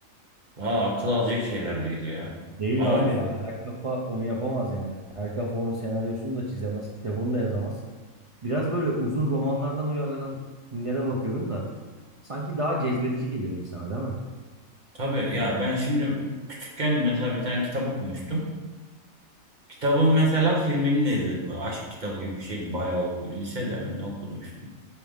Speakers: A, on the right; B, on the right.
A: Valla akıl alacak şeyler değil ya.
B: Değil
A: Ama
B: abi ya. Her kafa onu yapamaz yani. Her kafa onun senaryosunu da çizemez, kitabını da yazamaz. Biraz böyle uzun romanlardan uyarlanan filmlere bakıyorum da sanki daha cezbedici geliyor insana değil mi?
A: tabii ya ben şimdi küçükken mesela bir tane kitap okumuştum. Kitabın mesela filmini de izledim. Böyle aşk kitabı gibi bir şeydi. Bayağı oku Lisede mi ne okumuştum.